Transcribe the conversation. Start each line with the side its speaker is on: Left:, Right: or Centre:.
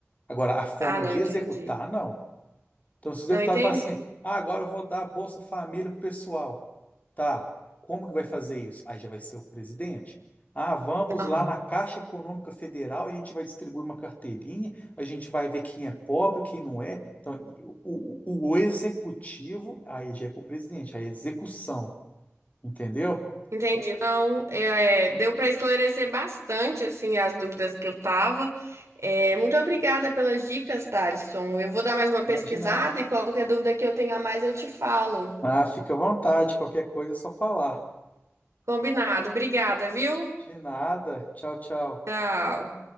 Left: Agora, a forma
Right: Ah, não
Left: de
Right: entendi.
Left: executar, não. Então, se os
Right: Não
Left: deputados
Right: entendi.
Left: falam assim, ah, agora eu vou dar Bolsa Família pro pessoal. Tá, como que vai fazer isso? Aí já vai ser o presidente. Ah, vamos
Right: Aham.
Left: lá na Caixa Econômica Federal, a gente vai distribuir uma carteirinha, a gente vai ver quem é pobre, quem não é. Então, o, o, o executivo, aí já é com o presidente, aí é execução, entendeu?
Right: Entendi. Não, é, é, deu para esclarecer bastante assim as dúvidas que eu tava. É, muito obrigada pelas dicas, Thalisson. Eu vou dar mais uma pesquisada
Left: Ah, De nada.
Right: e qualquer dúvida que eu tenha mais eu te falo.
Left: Ah, fica à vontade, qualquer coisa é só falar.
Right: Combinado. Obrigada, viu?
Left: De nada. Tchau, tchau.
Right: Tchau.